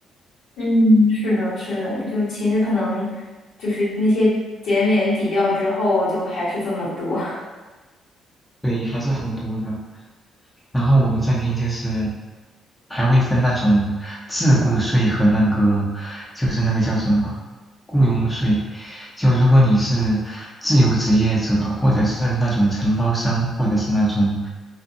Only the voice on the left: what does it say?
嗯，是的，是的，就其实可能就是那些减免抵掉之后，就还是这么多，<laughs>